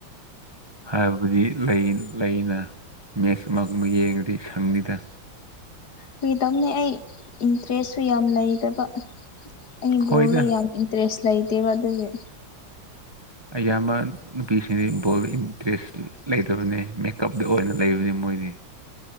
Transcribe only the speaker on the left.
ꯀꯔ꯭ꯤ ꯇꯧꯅꯤ ꯑꯩ ꯏꯟꯇꯔ꯭ꯦꯁꯁꯨ ꯌꯥꯝ ꯂꯩꯗꯕ ꯑꯩ
ꯕꯣꯜꯗ ꯌꯥꯝ ꯏꯟ ꯗ꯭ꯔꯦꯁ ꯂꯩꯇꯦꯕ ꯑꯗꯨꯒꯤ